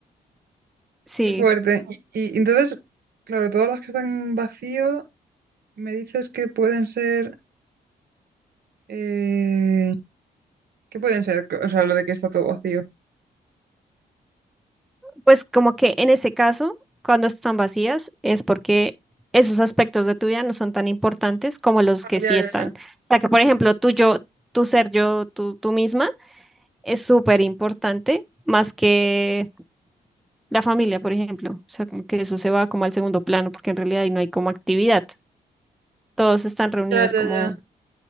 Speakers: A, in the centre; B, on the right.
A: Sí,
B: Qué fuerte. Y, y entonces, claro, todas las que están vacío, me dices que pueden ser, eh, ¿qué pueden ser? O sea, lo de que está todo vacío.
A: pues como que en ese caso, cuando están vacías, es porque esos aspectos de tu vida no son tan importantes como los
B: Ah,
A: que sí
B: ya, ya,
A: están.
B: ya.
A: O sea, que por ejemplo, tu yo, tu ser yo, tú, tú misma, es súper importante, más que la familia, por ejemplo. O sea, como que eso se va como al segundo plano, porque en realidad ahí no hay como actividad. Todos están reunidos
B: Ya, ya,
A: como,
B: ya.